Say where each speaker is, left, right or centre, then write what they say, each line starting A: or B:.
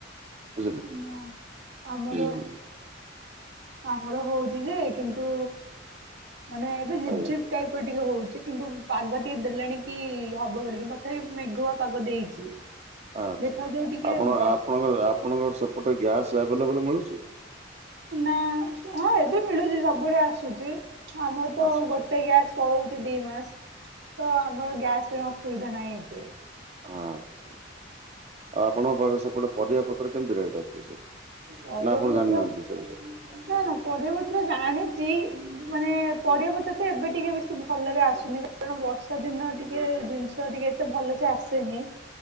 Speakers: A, on the right; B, on the right.
A: ବୁଝିଲେ
B: ନା ଆମର
A: ହୁଁ ହୁଁ
B: ଆମର ହଉଛି ଯେ କିନ୍ତୁ ମାନେ ଏବେ ଝିପିଝିପି
A: ଆଜ୍ଞା
B: ଟାଇପ ର ଟିକେ ହଉଛି। କିନ୍ତୁ ପାଗ ଟିକେ ଦେଲାଣି କି ହବ ବୋଲି କିନ୍ତୁ ତଥାପି ମେଘୁଆ ପାଗ ଦେଇଛି।
A: ଆଛା
B: ଦେଖାଯାଉ ଟିକେ
A: ଆପଣ
B: ବର୍ଷ
A: ଆପଣଙ୍କ ଆପଣଙ୍କ ସେପଟେ ଗ୍ୟାସ୍ ଆଭେଲେବଲ ମିଳୁଛି।
B: ନା ହଁ ଏବେ ମିଳୁଛି ସବୁବେଳେ ଆସୁଛି। ଆମର ତ
A: ଆସୁଛି।
B: ଗୋଟେ ଗ୍ୟାସ ପଳଉଛି ଦି ମାସ ତ ଆମର ଗ୍ୟାସ ଅସୁବିଧା ନାହିଁ ଏବେ।
A: ଆଛା ଆଉ ଆପଣଙ୍କ ପାଖରେ ସେପଟେ ପରିବାପତ୍ର କେମିତି ରେଟ୍। ଛି
B: ପରିବା
A: ନା ଆପଣ
B: ପତ୍ର
A: ଜାଣିନାହାନ୍ତି ସେ ବିଷୟରେ।
B: ନା ନା ପରିବାପତ୍ର ଜାଣିଚି ମୁଁ ପରିବାପତ୍ର ଏବେ ଟିକେ ବେଶୀ ଭଲରେ ଆସୁନି। କାରଣ ବର୍ଷା ଦିନ ଟିକେ ଜିନିଷ ଟିକେ ଏତେ ଭଲସେ ଆସେନି।